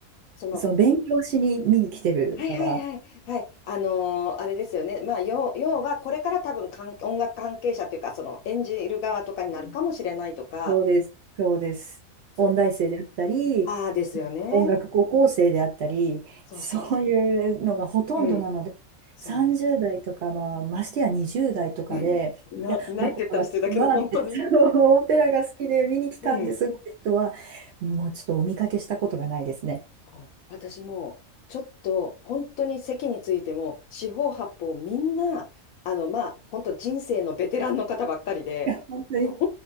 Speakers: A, on the left; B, on the right.
A: その
B: あ、その勉強しに見に来てる側。
A: はいはいはいはい。あのーあれですよね。まあ、要、要は、これから多分かん、音楽関係者というか、その演じる側とかになるかもしれないとか、
B: そうです、そうです。
A: そ
B: 音大生であったり、
A: ああですよね。
B: 音楽高校生であったり、
A: そうそうそう。
B: そういうのがほとんどなので、
A: うん、そ
B: 30代とか、まあ、ましてや20代とかで、
A: う。うん <laughs> いな、
B: いや、
A: いないって言ったら失礼だけど、
B: 僕は私はって、
A: 本当に。
B: そのオペラが好きで見に来たんですって人は、
A: うん。
B: もうちょっとお見かけしたことがないですね。
A: そう私もちょっと本当に席についても四方八方みんなあのまあ本当人生のベテランの方ばっかりでお
B: いや、本当に、